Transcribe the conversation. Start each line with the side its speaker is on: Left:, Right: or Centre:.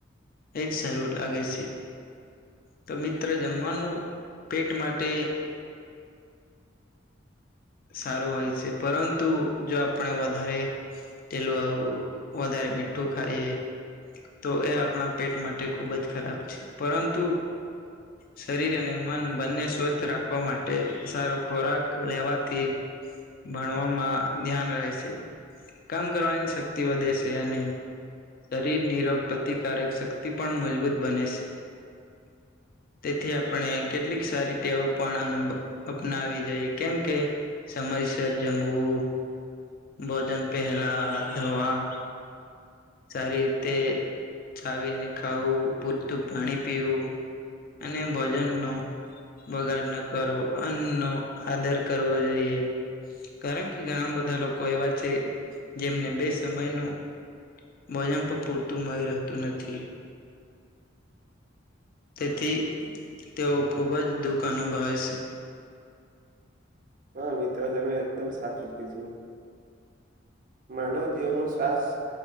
Left: એજ સારું લાગે છે. તો મિત્ર જમવાનું પેટ માટે સારું હોય છે પરંતુ જો આપણે વધારે તેલ આવું વધારે મીઠું ખાઈએ તો એ આપણા પેટ માટે ખુબ જ ખરાબ છે પરંતુ શરીર અને મન બંને સ્વસ્થ રાખવા માટે સારો ખોરાક લેવા થી ભણવામાં ધ્યાન રહે છે. કામ કરવાની શક્તિ વધે છે અને. શરીર નિરોગ પ્રતિકારક શક્તિ પણ મજબૂત બને છે. તેથી આપણે કેટલીક સારી ટેવો પણનું. અપનાવી જઈ કેમ કે. સમયસર જમવું ભોજન પહેલા હાથ ધવા. સારી રીતે ચાવીને ખાવું પૂરતું પાણી પીવું. અને ભોજન નો બગાડ ન કરવો અન્ન નો આધાર કરવો. જઈએ. કારણ કે ઘણા બધા લોકો એવા છે જેમને બે સમયનું વજન પણ પૂરતું મળી રહેતું નથી તેથી તેઓ ખૂબ જ દુઃખ અનુભવે છે
Right: હા મિત્ર તમે એકદમ સાચૂ કીધું માનવ જીવનનું શ્વાસ